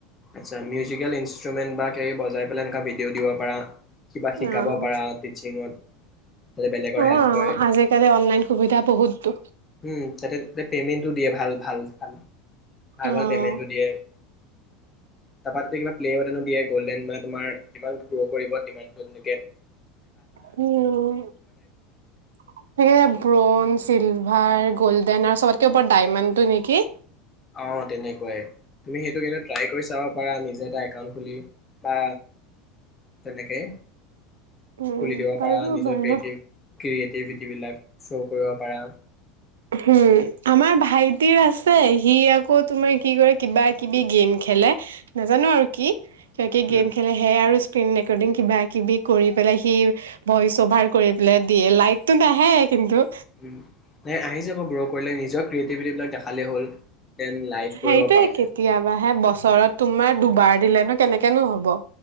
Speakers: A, on the left; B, on the right.
A: আচ্ছা, মিউজিকেল ইনষ্ট্ৰুমেণ্ট বা কিবা-কিবি বজাই পেলাই, এনেকুৱা ভিডিঅ'ও দিব পাৰা। কিবা শিকাব
B: অ',
A: পাৰা টিচিঙত যাতে বেলেগৰ
B: অ',
A: হেল্প
B: অ'।
A: হয়।
B: আজিকালি অনলাইন সুবিধা বহুততো
A: উম, তাতে পেমেণ্টটো দিয়ে। ভাল, ভাল, ভাল। ভাল,
B: অ',
A: ভাল পেমেণ্টটো দিয়ে। তাৰপৰা, তাতে কিবা প্লে বুটনো দিয়ে। গ'ল্ডেন, মানে, তোমাৰ যিমান গ্ৰ' কৰিব, সিমানতো লৈকে
B: হম, থাকে ব্ৰন চিলভাৰ, গ'ল্ডেন, আৰু চবতকে ওপৰত ডাইমণ্ডটো নেকি?
A: অ', তেনেকুৱাই। তুমি সেইটো কিন্তু ট্ৰাই কৰি চাব পাৰা। নিজে এটা একাউণ্ট খুলি, বা তেনেকে
B: উম,
A: খুলি দিব পাৰা
B: বাৰু,
A: নিজৰ
B: বাৰু।
A: ক্ৰিয়েটিভ ক্ৰিয়েটিভিটিবিলাক শ্ব' কৰিব পাৰা।
B: হম, আমাৰ ভাইটিৰ আছে। সি আকৌ, তোমাৰ, কি কৰে, কিবা-কিবি গেম খেলে, নাজানো, আৰু কি কিবা-কিবি গেম
A: উম
B: খেলে, সেইয়া আৰু স্ক্ৰীন ৰেকৰ্ডিং, কিবা-কিবি কৰি পেলাই। সি ভইচ-অভাৰ কৰি পেলাই দিয়ে। লাইকটো নাহে, কিন্তু
A: উম, নাই আহে আহি যাব। গ্ৰ' কৰিলে, নিজৰ ক্ৰিয়েটিভিটিবিলাক দেখালেই হ'ল। দেন লাইভ
B: সেইটোৱেই
A: কৰিব পাৰে
B: কেতিয়াবা হে বচ বছৰত তোমাৰ দুবাৰ দিলে নো, কেনেকে নো হ'ব?